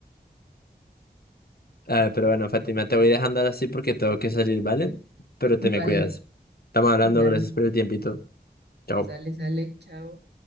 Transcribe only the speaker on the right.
vale,
vale,
sale, sale, chao.